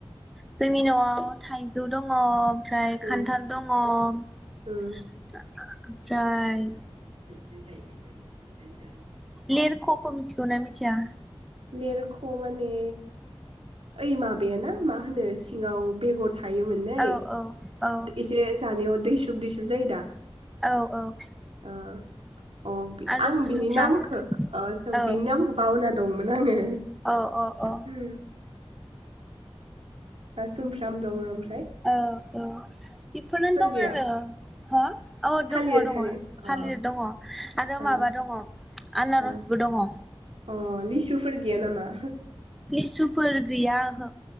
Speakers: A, in the centre; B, on the right.
A: जोंनि न'आव थाइजौ दङ ओमफ्राय खान्थाल
B: उम
A: दङ ओमफ्राय
B: उम <unintelligible>
A: लेरख' खौ मोथिगौना थिया
B: लेरख' माने ओइ माबाया ना मा होनो सिङाव बेगर थायोमोन नै
A: औ औ औ
B: एसे जानायाव दैसुब दैैसुब जायो दा
A: औ औ
B: ओ अ
A: आरो
B: आं
A: सुमफ्राम
B: बिनि नामखो ओ
A: औ
B: बिनि नामखो बावना मोन आङो
A: औ औ औ
B: <unintelligible> दा सुमफ्राम दङ ओम
A: औ औ बेफोरनो दं
B: गैया
A: आरो हो औ
B: थालिर
A: दङ दङ
B: थालिर अ
A: थालिर दङ। आरो
B: अ
A: माबा दङ। आनारसबो
B: अ
A: दङ।
B: अ लिसुफोर गैया नामा?
A: लिसुफोर गैया ओहो।